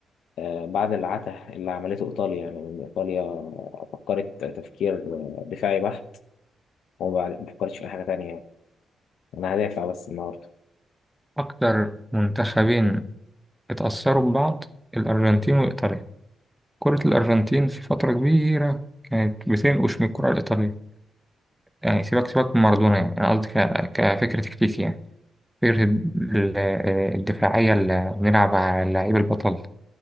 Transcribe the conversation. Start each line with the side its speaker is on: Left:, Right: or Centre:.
Left: آه، بعد العته اللي عملته إيطاليا يعني إن إيطاليا فكرت تفكير آه، دفاعي بحت وبعد ما فكرتش في أي حاجة تانية يعني أنا هدافع بس النهاردة
Centre: اكتر منتخبين اتأثروا ببعض الارجنتين وايطاليا كرة الارجنتين في فترة كبيرة كانت بتنقش من الكرة الايطالية يعني سيبك سيبك من مارادونا يعني انا قصدي ك- كفكرة تكتيكي يعني فكرة ال- آه، الدفاعية اللي بنلعب على اللعيب البطل